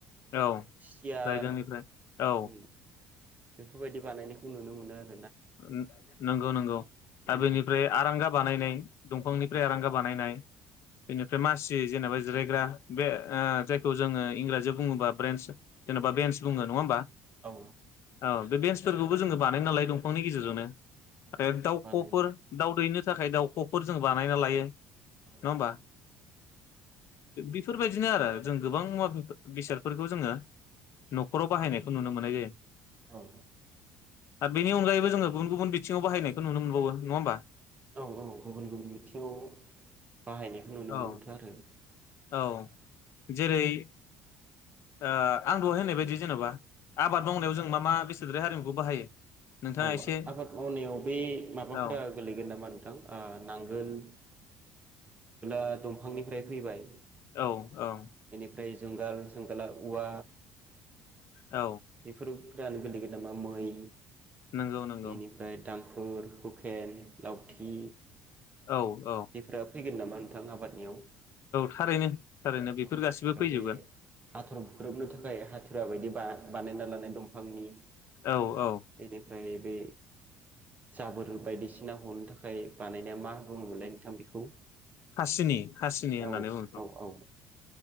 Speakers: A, on the left; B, on the right.
A: औ
B: सियार
A: रायदोंनिफ्राय औ
B: उम बेफोरबायदि बानायनायखौ नुनो मोनो आरो
A: उम नंगौ नंगौ दा
B: औ
A: बेनिफ्राय आरांगा बानायनाय दंफांनिफ्राय
B: औ
A: रांगा
B: औ
A: बानायनाय बेनिफ्राय
B: औ
A: मासि जेनेबा ज जिरायग्रा बे आं जायखौ जोङो इंराजियाव बुङोबा ब्रेन्स जे'बा बेन्स बुङो‌ नङा होमबा
B: औ
A: औ बेन्सफोरखौबो जोङो बानाय नालाय दं नि गेजेरजोंनो
B: औ
A: आरो दाउखफोर
B: बानायो
A: दाउ दैनो थाखाय दाउखफोर जों बानायना लायो नङा
B: औ
A: होनबा बेफोरबायदिनो आरो जों गोबां मुवा बेसादफोरखौ जोङो नखराव बाहायनायखौ नुनो मोननाय जायो ।
B: औ
A: बेनि अनगायैबो जोङो गुबुन गुबुन बिथिङाव बायनायखौ नुनो मोनबावो नङा होमबा?
B: औ औ गुबुन गुबुन बिथिङाव बाहायनायखौ नुनो
A: औ
B: मोनोथ आरो ।
A: औ जेरै आ आं दहाय होननाय बायदि जेनबा आबाद मावनायाव जों मा मा बेसादारि हारिमुखौ बाहायो? नोंथाङा
B: औ
A: एसे
B: आबाद मावनायाव बे माबाफोरा
A: औ
B: गोलैगोन नामा नोंथां ओ नांगोल ओ दंफांनिफ्राय फैबाय
A: औ औ
B: ओमफ्राय जुंगाल जुंगाला औवा
A: औ
B: बेफोरो रानो गोलैगोन नामा मै
A: नंगौ नंगौ
B: इनिफ्राय दां गफुर हुखेन लावथि
A: औ औ
B: बेफोरा फैगोन नामा नोंथां आबादनियाव औ
A: थारैनो थारैनो बेफोर गासिबो
B: आरो
A: फैजोबगोन
B: बे हाथर बुख्रोबनो थाखाय हाथुरा बायदि बा बानायना लानाय दंफांनि
A: औ औ
B: बेनिफ्राय बे जाबोर बायदिसिना हनो थाखाय बानायनाया मा बुङोमोनलाय नोंथां बेखौ
A: हासिनि हासिनि होननानै
B: औ
A: बुंङो बेखौ
B: औ औ